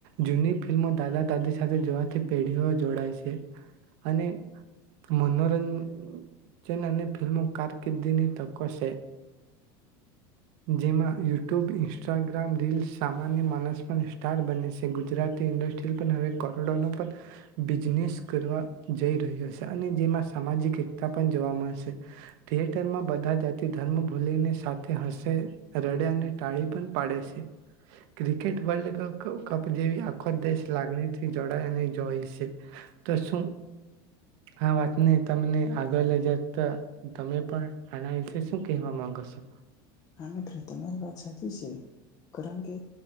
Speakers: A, on the right (about 65°); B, on the left (about 30°).
A: જૂની ફિલ્મો દાદા દાદી સાથે જોવાથી પેઢીઓ જોડાય છે. અને મનોરંજન અને ફિલ્મો કારકિર્દીની તકો છે. જેમાં યુટ્યુબ, ઇન્સ્ટાગ્રામ રીલ્સ સામાન્ય માણસમાં સ્ટાર બને છે. ગુજરાતી ઇન્ડસ્ટ્રી પણ હવે કરોડોનો પણ, બિઝનેસ કરવા જઈ રહ્યો છે. અને જેમાં સામાજિક એકતા પણ જોવા મળશે, થિયેટરમાં બધા જાતિ ધર્મ ભૂલીને સા થે હસે રડે અને ટાળી પણ પાડે છે. ક્રિકેટ વર્લ્ડ ક-કપ જેવી આખો દેશ લાગણીથી જોડાય અને જોઈ છે. તો શું આ વાતને તમને આગળ લઈ જાતા તમે પણ આના વિશે શું કહેવા માંગો છો?
B: હા મિત્ર તમારી વાત સાચી છે. કારણ કે